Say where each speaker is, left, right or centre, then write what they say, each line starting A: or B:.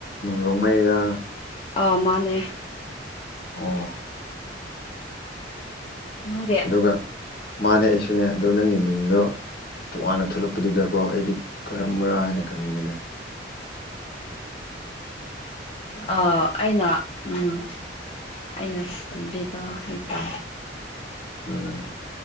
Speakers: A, on the left; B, on the left.
A: ꯔꯣꯡꯃꯩꯔꯥ
B: ꯑ ꯃꯥꯅꯦ
A: ꯑꯣ
B: ꯅꯪꯗꯤ
A: ꯑꯗꯨꯒ ꯃꯥꯅꯦ ꯑꯩꯁꯨꯅꯦ ꯑꯗꯨ ꯅꯪꯒꯤ ꯃꯤꯡꯗꯣ ꯇꯣꯉꯥꯟꯅ ꯊꯣꯛꯂꯛꯄꯗꯨꯗꯀꯣ ꯑꯩꯗꯤ ꯀꯔꯝꯕꯔꯥ ꯍꯥꯏꯅ ꯈꯟꯕꯅꯤꯗ
B: ꯑ ꯑꯩꯅ ꯎꯝ ꯑꯩꯅꯕꯤꯕꯥ ꯍꯥꯏꯇꯥ
A: ꯎꯝ